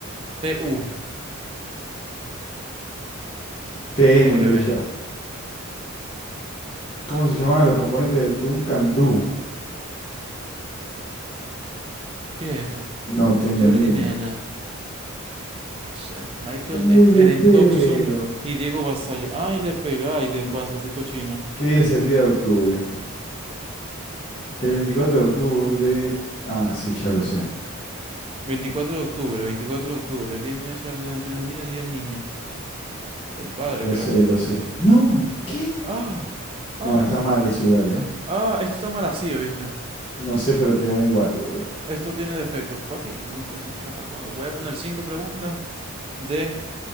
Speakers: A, on the right; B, on the left.
A: T-U.
B: TN
A: W.
B: le di yo. ¿Cómo se llamaban los componentes de Duncan Doo?
A: ¿Qué es esto?
B: No tengo
A: Jordi
B: ni idea.
A: Nena. No sé. Michael
B: Uy,
A: Ek-
B: le
A: Erentoxun
B: pego.
A: y Diego Basayo. Ay, le pegáis de
B: ¿Y
A: paso, qué cochino.
B: qué día es el día de octubre? El 24 de octubre. Ah, sí, ya lo sé.
A: veinticuatro de octubre, veinticuatro de octubre, Día Internacional de las Naciones Unidas, Día del Niño. Del padre,
B: Lo
A: creo.
B: sé, lo sé. No, ¿qué?
A: Ah, ah,
B: No, está mal eso igual, ¿eh?
A: ah, esto está mal así, ¿oíste?
B: No sé, pero te gané igual, boludo. <laughs>
A: Esto tiene defectos. Papi, como Dios mío, ¿hasta cuándo? Voy a poner cinco preguntas de